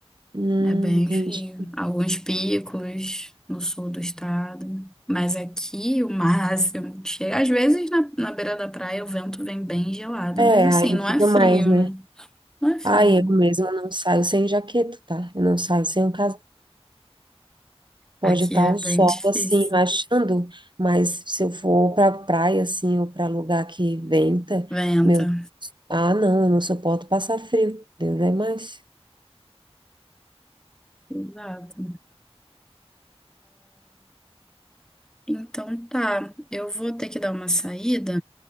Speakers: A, on the right; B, in the centre.
A: hum,
B: É bem
A: entendi.
B: frio. Alguns picos no sul do estado. Mas aqui o máximo que chega. Às vezes na, na beira da praia o vento vem bem gelado.
A: É,
B: Mas assim,
A: aí
B: não
A: fica
B: é frio,
A: mais, né?
B: né? Não é frio.
A: Ah, eu mesmo não saio sem jaqueta, tá? Eu não saio sem um casaco. Pode
B: Aqui
A: estar
B: é
A: o
B: bem
A: sol
B: difícil.
A: assim rachando, mas se eu for para praia assim ou para lugar que venta,
B: Venta.
A: meu Ah, não, eu não suporto passar frio. Deus é mais.
B: Exato. Então tá, eu vou ter que dar uma saída.